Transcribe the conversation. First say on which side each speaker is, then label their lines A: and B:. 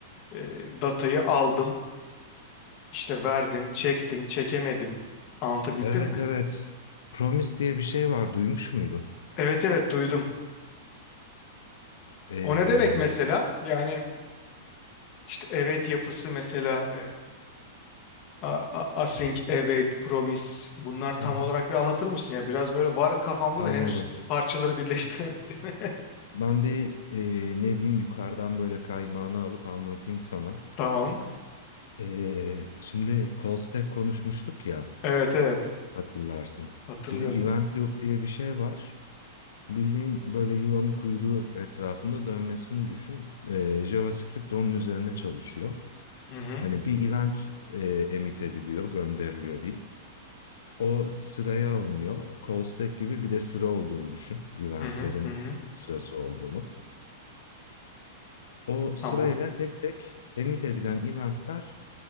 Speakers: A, on the left; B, on the left.
A: eee, datayı aldım işte verdim çektim çekemedim anlatabildim
B: Evet
A: mi?
B: evet. Promise diye bir şey var. Duymuş muydun?
A: Evet evet duydum.
B: Ee,
A: O ne demek mesela? Yani işte evet yapısı mesela A- a- Async, Await, Promise bunlar tam
B: aha
A: olarak bir anlatır mısın ya? Biraz böyle var kafamda
B: anladım.
A: da henüz parçaları birleştiremedim. <laughs>
B: Ben bir e, ne diyeyim yukarıdan böyle kaymağını alıp anlatayım sana.
A: Tamam.
B: Ee, şimdi call stack konuşmuştuk ya
A: Evet evet.
B: hatırlarsın.
A: Hatırlıyorum.
B: Bir de event loop diye bir şey var. Bildiğin böyle yılanın kuyruğu etrafında dönmesini düşün. Ee, JavaScript onun üzerine çalışıyor.
A: Hı hı.
B: Hani bir event e, emit ediliyor, gönderiliyor diyeyim. O sıraya alınıyor. Call stack gibi bir de sıra olduğunu düşün. Eventlerin
A: Hı hı. Hı hı.
B: sırası olduğunu. O sırayla
A: Tamam.
B: tek tek emit edilen eventler